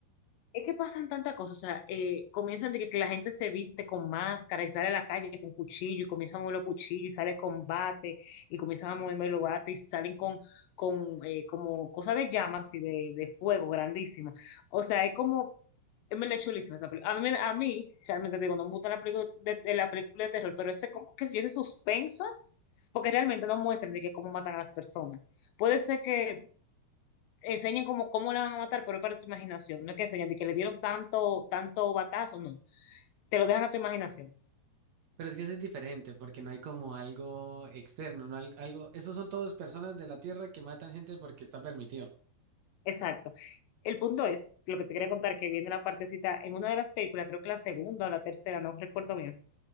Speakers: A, on the left; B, on the right.
A: Es que pasan tantas cosas, o sea, eh, comienzan de que, que la gente se viste con máscara y sale a la calle con cuchillo y comienza a mover los cuchillos y sale con bate y comienzan a moverme los bates y salen con, con eh, como cosas de llamas y de, de fuego grandísima. O sea, es como, es me chulísima esa película. A mí, me- a mí, realmente te digo, no me gusta la película de, de la película de terror, pero ese, como, qué sé yo, ese suspenso, porque realmente no muestran de que cómo matan a las personas. Puede ser que enseñen cómo, cómo le van a matar, pero es para tu imaginación. No es que enseñen de que le dieron tanto, tanto batazo, no. Te lo dejan a tu imaginación.
B: Pero es que eso es diferente, porque no hay como algo externo, no hay algo. Esos son todos personas de la Tierra que matan gente porque está permitido.
A: Exacto. El punto es, lo que te quería contar, que viene la partecita, en una de las películas, creo que la segunda o la tercera, no recuerdo bien,